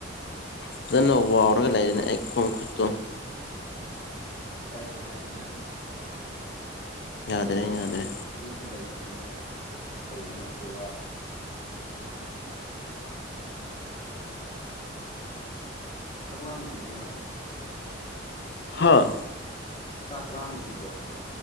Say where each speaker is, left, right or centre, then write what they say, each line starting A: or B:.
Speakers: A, on the left (about 60°); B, on the left (about 35°).
A: ꯐꯖꯅ ꯋꯥꯎꯔꯒ ꯂꯩꯔꯅꯦ ꯑꯩ ꯈꯣꯡ ꯈꯨꯠꯇꯣ
B: ꯀꯥꯏꯗꯦ ꯀꯥꯏꯗꯦ ꯅꯪ
A: ꯌꯥꯗ꯭ꯔꯦ
B: ꯑꯩꯅꯅꯥꯕ
A: ꯌꯥꯗ꯭ꯔꯦ
B: ꯆ ꯁꯨꯛꯅꯤꯁꯨꯨ ꯂꯩꯥꯏ ꯆꯅ ꯀꯩꯅ ꯗ ꯄꯨꯋꯥ ꯄꯨꯋꯥ ꯆꯥꯛ ꯂꯝꯖꯤꯕꯨꯅꯝ
A: ꯍꯥꯥ
B: ꯆꯥꯛ ꯂꯥꯝꯗ꯭ꯔꯤꯕꯣ